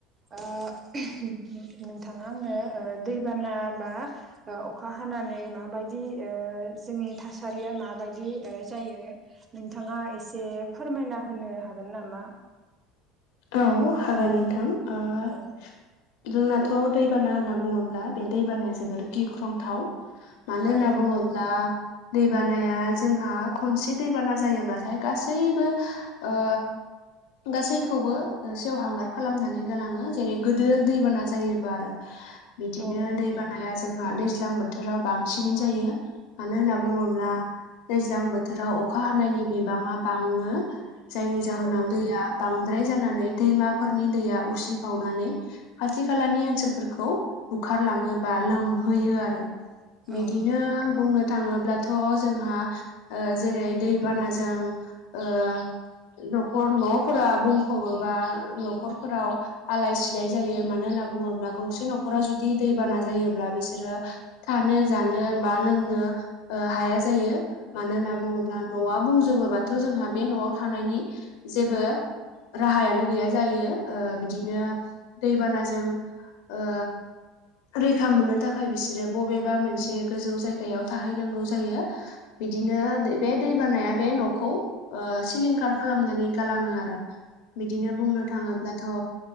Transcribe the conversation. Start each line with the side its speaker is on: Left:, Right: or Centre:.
Right: ओ नोंथाङा आंनो ओ दैबाना बा ओ अखा हानानै माबायदि ओ जोंनि थासारिया माबायदि ओ जायो नोंथाङा एसे फोरमायना होनो हागोन नामा?
Left: औ हागोन नोंथां। ओ
Right: औ
Left: जोंनाथ' दैबाना होनना बुङोब्ला बे दैबानाया जोबोर गिख्रंथाव। मानो होनना
Right: औ
Left: बुंङो ब्ला दैबानाया जोंहा खनसे दैबाना जायोब्लाथाय गासैबो ओ गासै खौबो सेवहांगार खालामनानै गालाङो जेरै गिदिर दैबाना जायोबा आरो। बिदिनो
Right: औ
Left: दैबानाया जोंहा दैज्लां बोथोराव बांसिनै जायो। मानो होनना बुङोब्ला
Right: औ नोंथां
Left: दैज्लां बोथोराव अखा हानायनि बिबाङा बाङो। जायनि जाहोनाव
Right: औ
Left: दैया बांद्राय जानानै दैमाफोरनि दैया उसिफावनानै खाथि खालानि ओनसोलफोरखौ बुखारलाङो बा लोमहोयो आरो।
Right: औ
Left: बिदिनो
Right: नोंथां
Left: बुंनो थाङोब्लाथ' जोंहा जेरै ओ दैबानाजों ओ न'खर न'फोरा बुंफबबोबा न'खरफोराव आलाय सिलाय जायो मानो होनना बुङोब्ला गंसे न'खराव जुदि दैबाना जायोब्ला बिसोरो थानो जानो बा लोंनो हाया
Right: औ
Left: जायो मानो होनना
Right: औ नोंथां
Left: बुङोब्ला न'आ बुंजोबोबा थ' जोंहा बे न'आव थानायनि जेबो राहायानो गैया जायो ओ बिदिनो
Right: औ
Left: दैबानाजों ओ रैखा मोननो थाखाय बिसोरो बबेबा मोनसे गोजौ जायगायाव थाहैनांगौ जायो।
Right: <inaudible>
Left: बिदिनो बे दै बानाया बे न'खौ ओ सिलिंखार खालामनानै गालाङो आरो। बिदिनो बुंनो थाङोब्ला थ'